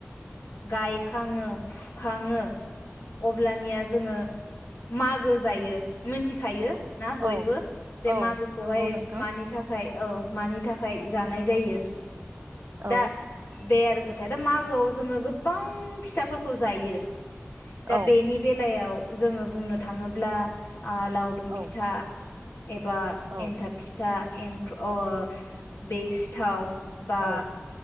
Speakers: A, on the left; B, on the right.
A: गायखाङो फुखाङो अब्लानिया जोङो मागो जायो मिथिखायो ना बयबो
B: औ
A: जे
B: औ
A: मागोखौहाय
B: नंगौ नोंथां
A: मानि थाखाय औ मानि थाखाय जानाय जायो
B: औ
A: दा बे आरो खोथाया दा मागोआव जोङो गोबां फिथाफोरखौ जायो दा
B: औ
A: बेनि बेलायाव जोङो बुंनो थाङोब्ला ओ लावदुम
B: औ
A: फिथा एबा
B: औ
A: एन्थाब फिथा एंखु अ दै सिथाव बा
B: औ